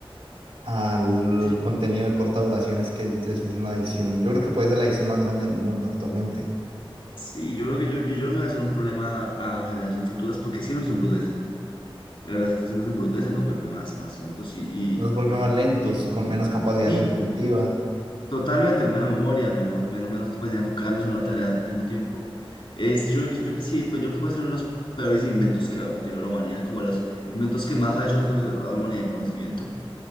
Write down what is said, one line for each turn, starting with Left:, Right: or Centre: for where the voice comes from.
Right: al
Left: Sí,
Right: contenido de corta duración, es que eso es una adicción. Yo creo que puede ser la adicción más grande del mundo actualmente.
Left: Sí, yo creo que yo, yo, yo creo que va a ser un problema a generaciones futuras porque si nos embrutece. La verdad es que si nos embrutece nos vuelve más, más tontos y, y,
Right: Nos vuelve más lentos,
Left: y
Right: con menos capacidad
Left: sí,
Right: retentiva
Left: totalmente, menos memoria, menos, menos, menos capacidad de enfocarnos en una tarea al mismo tiempo. Es, yo, creo que- yo creo que sí, pues yo creo que puede ser uno de los peores inventos que ha tenido la humanidad, como de los inventos que más ha hecho retroceder a la humanidad en conocimiento.